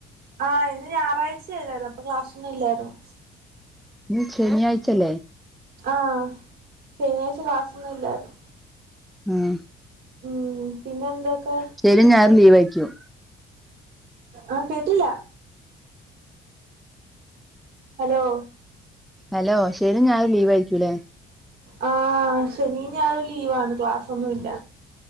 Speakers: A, on the right; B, in the centre.
A: ആ ഇന്ന് ഞായറാഴ്ചയല്ലായിരുന്നോ അപ്പൊ ക്ലാസ്സൊന്നും ഇല്ലായിരുന്നു.
B: ഇന്ന് ശെനിയാഴ്ച്ചല്ലേ?
A: ആഹ് ശനിയാഴ്ച ക്ലാസൊന്നും ഇല്ലായിരുന്നു.
B: ആഹ്
A: ഉം പിന്നെ എന്താക്കാ.
B: ശനിയും ഞായറും ലീവ് ആയിരിക്കും
A: ആ കേട്ടില്ല. അലോ?
B: ഹലോ ശെനിം ഞായറും ലീവായ്ക്കൂല്ലേ?
A: ആഹ് ശെനിം ഞായറും ലീവാണ് ക്ലാസ്സൊന്നുല്ല.